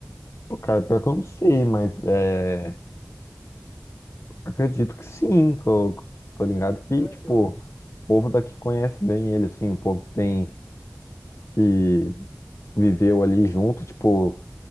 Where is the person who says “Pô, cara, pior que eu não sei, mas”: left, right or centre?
Left